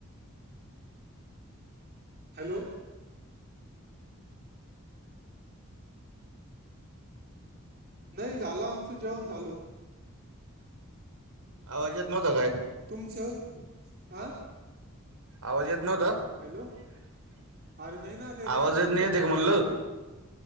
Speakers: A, on the right; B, on the right.
A: हॅलो नाही झालं आमचं जेवण झालं
B: आवाज येत नव्हता काय
A: तुमच आ
B: आवाज येत नव्हता
A: हॅलो
B: <unintelligible>
A: अरे नाही ना त्या रेंजचा
B: आवाज येत
A: काहीतरी
B: नाही येते का
A: प्रॉब्लेम
B: म्हणलं
A: झाला